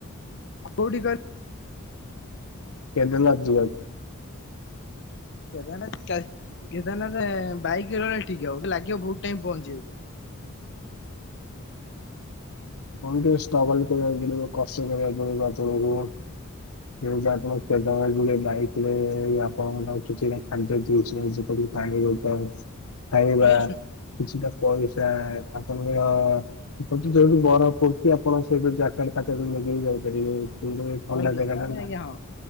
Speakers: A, on the left; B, on the left.
A: କୋଉଠି କ
B: କେଦାରନାଥ ଯିବାକୁ।
A: କେଦାରନାଥ, କେଦାରନାଥ ବାଇକ ରହିଲେ ଠିକ ହବ ଟିକେ ଲାଗିବ ବହୁତ ଟାଇମ ପହଞ୍ଚିବାକୁ।
B: ଆପଣଙ୍କୁ ଟିକେ ଷ୍ଟ୍ରଗଲ କରିବାକୁ ପଡିବ, କଷ୍ଟ କରିବାକୁ ପଡିବ ଆପଣଙ୍କୁ। ଏଇ ଯେ ଆପଣ କେଦା ଭାଇଙ୍କୁ ନେଇ ଯାଇଥିଲେ ଆପଣଙ୍କ ଠୁ କିଛି ଟା ଜିନିଷ ଖାଇଛନ୍ତି ପିଛନ୍ତି। <unintelligible> <unintelligible> ଖାଇବା,
A: ଆଜ୍ଞା ଶୁ
B: କିଛିଟା ପଇସା ଆପଣଙ୍କର <unintelligible> ବରଫ ହଉଛି ଆପଣ ସେଇଠୁ ଜ୍ୟାକେଟ ଫ୍ୟାକେଟ ନେଇକି ଯାଇପାରିବେ କିନ୍ତୁ ଏ ଥଣ୍ଡା
A: ଆଜ୍ଞା
B: ଜାଗା
A: ତା
B: ଟା
A: ପାଇଁ
B: ନା।
A: ଆଜ୍ଞା ହଁ